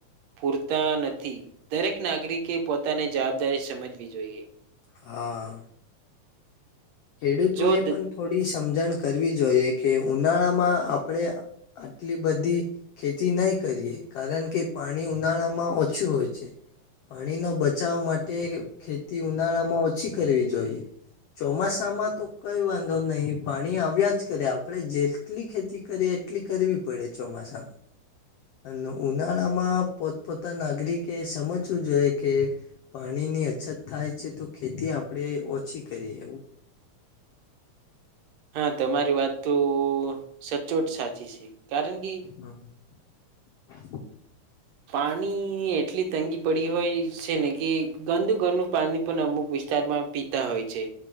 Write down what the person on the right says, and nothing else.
પૂરતા નથી દરેક નાગરિકે પોતાને જવાબદારી સમજવી જોઈએ.
જો દ-
હા તમારી વાત તો સચોટ સાચી છે કારણ કે
પાણી એટલી તંગી પડી હોય છે ને કે ગંદુ ઘરનું પાણી પણ અમુક વિ વિસ્તારમાં પીતા હોય છે.